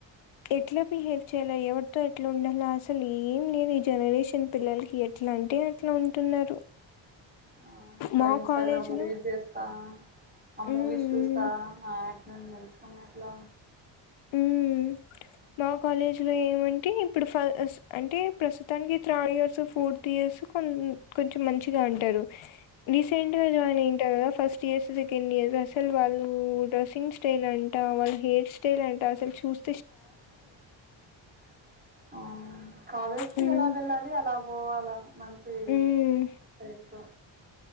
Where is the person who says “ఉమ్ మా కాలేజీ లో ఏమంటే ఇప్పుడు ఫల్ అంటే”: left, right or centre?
Left